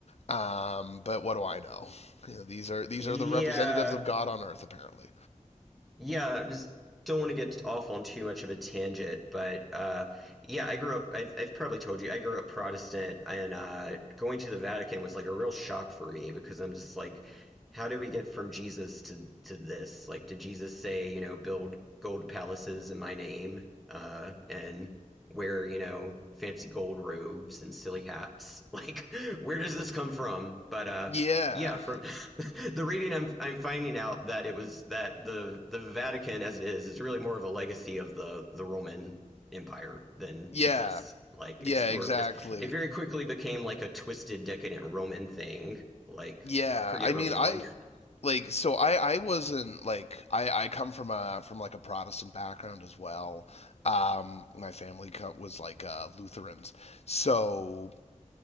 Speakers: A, on the left; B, in the centre.
A: Um, but what do I know? You know, these are these
B: Yeah.
A: are the representatives of God on earth, apparently.
B: Yeah, just don't want to get off on too much of a tangent, but uh, yeah, I grew up. I, I've probably told you I grew up Protestant, and uh, going to the Vatican was like a real shock for me because I'm just like, how do we get from Jesus to to this? Like, did Jesus say, you know, build gold palaces in my name, uh, and wear, you know, fancy gold robes and silly hats? <laughs> Like, where does this come from? But uh,
A: Yeah,
B: yeah, from <laughs> the reading, I'm I'm finding out that it was that the the Vatican as it is is really more of a legacy of the the Roman Empire than
A: yeah,
B: Jesus. Like
A: yeah,
B: it's more
A: exactly.
B: of this. It very quickly became like a twisted, decadent Roman thing. Like
A: Yeah,
B: pretty
A: I
B: early
A: mean, I
B: on. <laughs>
A: like so I I wasn't like I I come from a from like a Protestant background as well. Um, my family was like uh, Lutherans, so